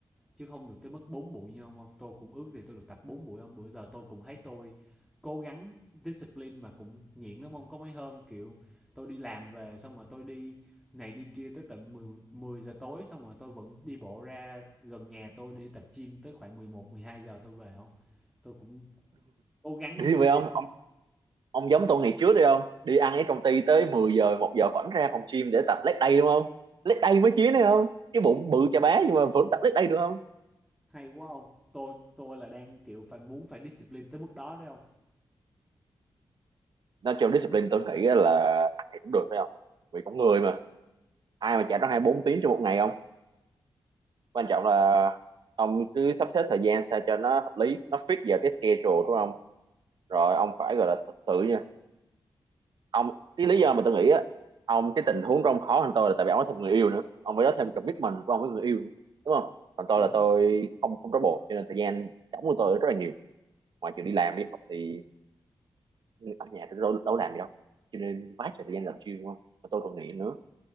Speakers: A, in the centre; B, on the right.
A: chứ không được tới mức 4 buổi như ông không tôi cũng ước gì tôi được tập 4 buổi không bữa giờ tôi cũng thấy tôi cố gắng discipline mà cũng nghiện lắm ông có mấy hôm kiểu tôi đi làm về xong rồi tôi đi này đi kia tới tận 10, 10 giờ tối xong rồi tôi vẫn đi bộ ra gần nhà tôi để tập gym tới khoảng 11 12 giờ tôi về không tôi cũng cố gắng
B: đi
A: discipline
B: vậy ông ông ông giống tôi ngày trước đi không đi ăn ở công ty tới mười giờ một giờ vẫn ra phòng gym để tập leg day đúng không leg day mới chiến đấy không cái bụng bự chà bá nhưng mà vẫn tập leg day được không
A: hay quá không tôi tôi là đang kiểu phải muốn phải discipline tới mức đó đấy không
B: nói chung discipline tôi nghĩ là ai cũng được phải không vì con người mà ai mà chạy ra hai bốn tiếng trong một ngày không quan trọng là ông cứ sắp xếp thời gian sao cho nó hợp lý nó fit vào cái schedule đúng không rồi ông phải gọi là tự tự ông cái lý do mà tôi nghĩ á ông cái tình huống trong khó hơn tôi là tại vì ông có thêm người yêu nữa ông phải có thêm commitment của ông với người yêu nữa đúng không còn tôi
A: đúng
B: là tôi
A: rồi
B: không không trói bồ cho nên thời gian trống của tôi rất là nhiều ngoài chuyện đi làm đi học thì ở nhà tôi đâu, đâu có làm gì đâu cho nên quá trời thời gian làm chuyên đúng không và tôi còn nghĩ nữa